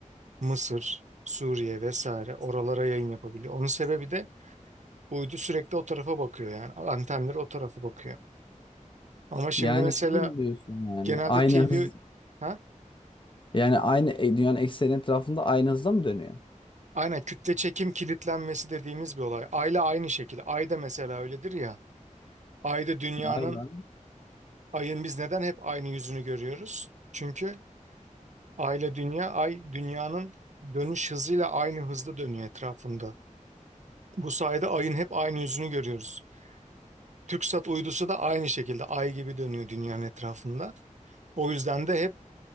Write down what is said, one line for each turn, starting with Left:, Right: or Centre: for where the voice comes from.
Right: Mısır, Suriye vesaire oralara yayın yapabiliyor. Onun sebebi de bu uydu sürekli o tarafa bakıyor yani antenleri o tarafa bakıyor. Ama şimdi
Left: yani
Right: mesela
Left: şunu mu diyorsun yani
Right: genelde
Left: aynı
Right: TV
Left: hız
Right: ha?
Left: yani aynı e, dünyanın ekseni etrafında aynı hızda mı dönüyor?
Right: Aynen kütle çekim kilitlenmesi dediğimiz bir olay. Ayla aynı şekilde. Ayda mesela öyledir ya. Ayda dünyanın
Left: Vay be.
Right: Ayın biz neden hep aynı yüzünü görüyoruz? Çünkü aile dünya, ay dünyanın dönüş hızıyla aynı hızda dönüyor etrafında. Bu sayede ayın hep aynı yüzünü görüyoruz. TürkSat uydusu da aynı şekilde ay gibi dönüyor dünyanın etrafında. O yüzden de hep